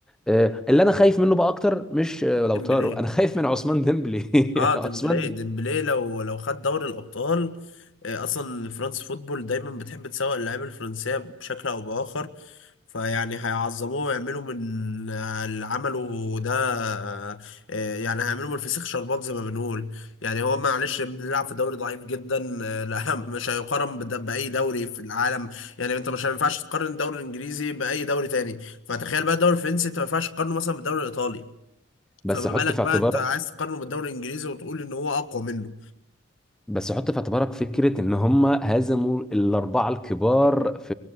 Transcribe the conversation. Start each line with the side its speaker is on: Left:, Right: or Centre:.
Centre: آه، اللي انا خايف منه بقى اكتر مش آه، لوتارو
Left: ديمبلي
Centre: <laughs> انا خايف من عثمان ديمبلي
Left: اه ديمبلي
Centre: <laughs> عثمان ديمبلي
Left: ديمبلي لو لو خد دوري الابطال آه، اصلا فرانس فوتبول دايما بتحب تسوق اللعيبه الفرنسيه بشكل او باخر فيعني هيعظموه ويعملوا من آه، اللي عمله ده آه، آه، يعني هيعملوا من الفسيخ شربات زي ما بنقول يعني هو معلش بيلعب في دوري ضعيف جدا آه، <laughs> لا مش هيقارن بد- باي دوري في العالم يعني انت مش ما ينفعش تقارن الدوري الانجليزي باي دوري تاني فتخيل بقى الدوري الفرنسي انت ما ينفعش تقارنه مثلا بالدوري الايطالي
Centre: بس
Left: فما
Centre: حط
Left: بالك
Centre: في
Left: بقى
Centre: اعتبارك
Left: انت عايز تقارنه بالدوري الانجليزي وتقول ان هو اقوى منه
Centre: بس حط في اعتبارك فكره ان هم هزموا الاربعه الكبار في